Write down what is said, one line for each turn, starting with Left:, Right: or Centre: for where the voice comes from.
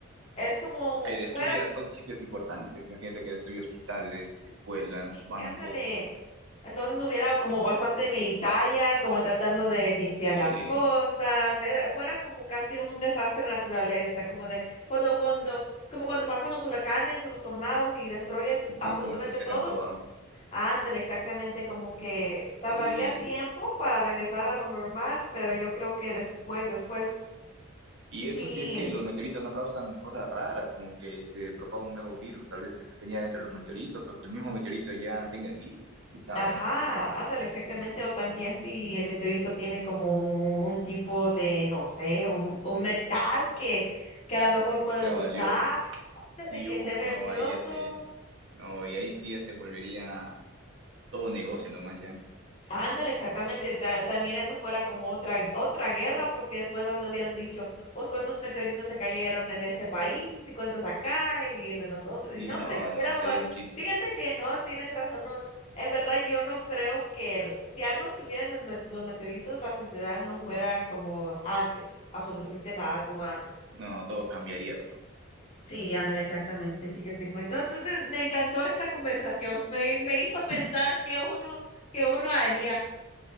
Left: Es como
Right: O que destruya,
Left: fuera,
Right: son sitios importantes. Imagínate que destruye hospitales, escuelas,
Left: sí,
Right: bancos,
Left: ándale. Entonces hubiera como bastante militaria, como tratando de limpiar
Right: eh,
Left: las cosas, era- fuera como casi un desastre de naturaleza, como de cuando, cuando, como cuando pasan los huracanes o los tornados y destruye
Right: ujú,
Left: absolutamente
Right: como que secan
Left: todo,
Right: todo.
Left: ándale, exactamente, como que tardaría
Right: Y,
Left: tiempo
Right: uf.
Left: para regresar a lo normal, pero yo creo que después, después
Right: Y
Left: sí.
Right: eso si es que los meteoritos no causan cosas raras, como que se propaga un nuevo virus, tal vez que venía dentro de los meteoritos, o que el mismo meteorito ya tenga el virus, quién sabe,
Left: Ajá,
Right: ¿no?
Left: ándale, exactamente. O también si el meteorito tiene como un, un tipo de, no sé, un, un metal que, que a lo mejor pueden
Right: Que sea
Left: usar,
Right: valioso. Y
Left: de que
Right: uf,
Left: sea melioso
Right: no, ahí ya se, no, y ahí sí ya se volvería todo negocio nomás ya.
Left: Ándale, exactamente. ta- También eso fuera como otra, otra guerra, porque después ando hubieran dicho, pues cuántos meteoritos se cayeron en este país y cuántos acá y es de nosotros. Y
Right: Y
Left: no, hombre,
Right: no, no,
Left: hubiera
Right: sería
Left: más.
Right: un chiste.
Left: Fíjate que no, tienes razón. No. En verdad, yo no creo que el- si algo estuviera en el met- los meteoritos, la sociedad no fuera como antes, absolutamente nada como antes.
Right: No, todo cambiaría a lo mejor.
Left: Sí, ándale, exactamente. Fíjate, pues entonces me encantó esta conversación. Me, me hizo
Right: <laughs>
Left: pensar qué uno, qué uno haría.